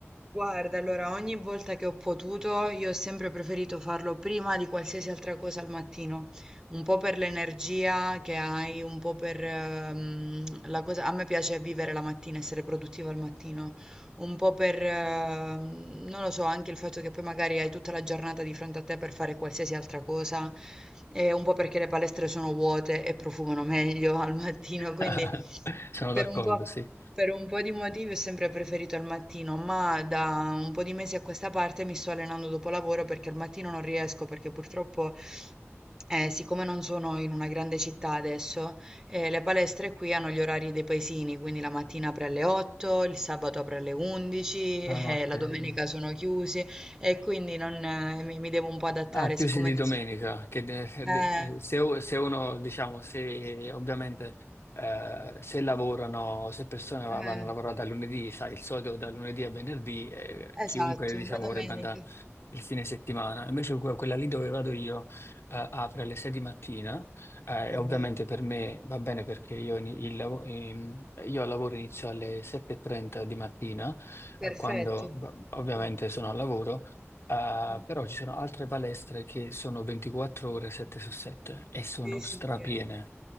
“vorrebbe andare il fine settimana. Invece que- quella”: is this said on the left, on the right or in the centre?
Left